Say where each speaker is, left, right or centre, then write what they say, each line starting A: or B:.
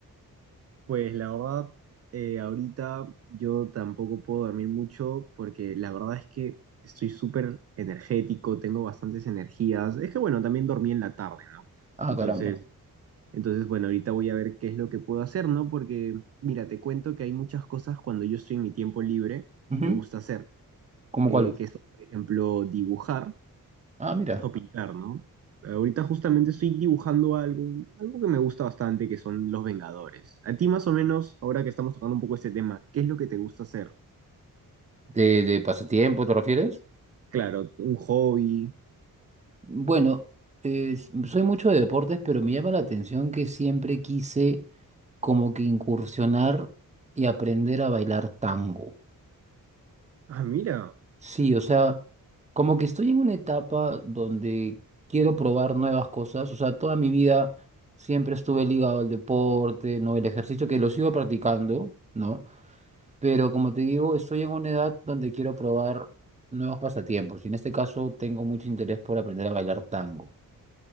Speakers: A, on the right (about 45°); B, on the right (about 20°).
A: Pues la verdad, eh, ahorita yo tampoco puedo dormir mucho porque la verdad es que estoy súper energético, tengo bastantes energías. Es que bueno, también dormí en la tarde, ¿no?
B: Ah,
A: Entonces,
B: caramba.
A: entonces bueno, ahorita voy a ver qué es lo que puedo hacer, ¿no? Porque mira, te cuento que hay muchas cosas cuando yo estoy en mi tiempo libre,
B: Ujú.
A: me gusta hacer,
B: ¿Cómo
A: eh,
B: cuál?
A: que son, por ejemplo, dibujar.
B: Ah, mira.
A: O pintar, ¿no? Ahorita justamente estoy dibujando algo, algo que me gusta bastante, que son los Vengadores. A ti más o menos, ahora que estamos tocando un poco este tema, ¿qué es lo que te gusta hacer?
B: ¿De, de pasatiempo te refieres?
A: Claro, un hobby.
B: Bueno, eh, s- soy mucho de deportes, pero me llama la atención que siempre quise como que incursionar y aprender a bailar tango.
A: Ah, mira,
B: Sí, o sea, como que estoy en una etapa donde quiero probar nuevas cosas, o sea, toda mi vida siempre estuve ligado al deporte, ¿no? El ejercicio que lo sigo practicando, ¿no? Pero como te digo, estoy en una edad donde quiero probar nuevos pasatiempos y en este caso tengo mucho interés por aprender a bailar tango.